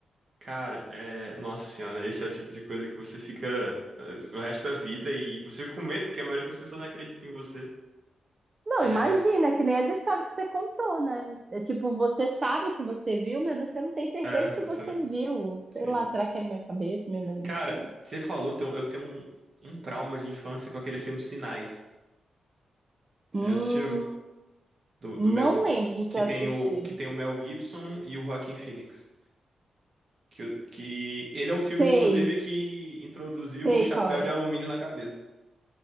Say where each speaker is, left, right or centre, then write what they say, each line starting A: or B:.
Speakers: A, on the right; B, on the right.
A: Cara, é... Nossa senhora, esse é o tipo de coisa que você fica eh, o resto da vida e você fica com medo, porque a maioria das pessoas não acredita em você.
B: Não,
A: É,
B: imagina, é que nem as histórias que você contou, né? É tipo, você sabe o que você viu, mas você não tem certeza
A: é, você,
B: se você
A: né?
B: viu. Sei
A: Sim.
B: lá, será que é minha cabeça, minha imaginação?
A: Cara, você falou, tem um- eu tenho um, um trauma de infância com aquele filme Sinais. Você
B: Hum,
A: já assistiu? Do,
B: não
A: do Mel... Gib-
B: lembro de ter
A: Que
B: assistido.
A: tem o, que tem o Mel Gibson e o Joaquin Phoenix. Que, o- que ele é o filme,
B: Sei,
A: inclusive, que introduziu
B: sei
A: o chapéu
B: qual é.
A: de alumínio na cabeça.